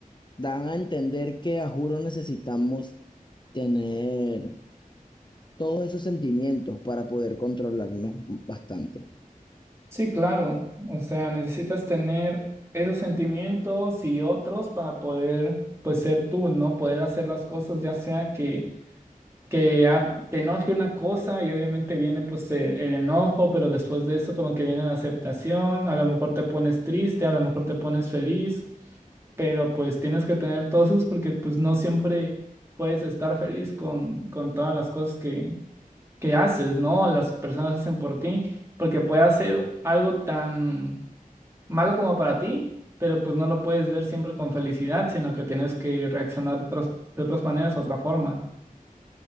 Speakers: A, on the left (about 30°); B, on the right (about 20°).
A: dan a entender que a juro necesitamos tener todos esos sentimientos para poder controlarnos bastante.
B: Sí, claro. O sea, necesitas tener esos sentimientos y otros para poder, pues, ser tú, ¿no? Poder hacer las cosas, ya sea que, que ah, te enoje una cosa y obviamente viene, pues, el, el enojo, pero después de eso como que viene la aceptación, a lo mejor te pones triste, a lo mejor te pones feliz, pero pues tienes que tener todos esos porque, pues, no siempre puedes estar feliz con, con todas las cosas que que haces, ¿no? Las personas hacen por ti, porque puede hacer algo tan malo como para ti, pero pues no lo puedes ver siempre con felicidad, sino que tienes que reaccionar otras- de otras maneras, otra forma.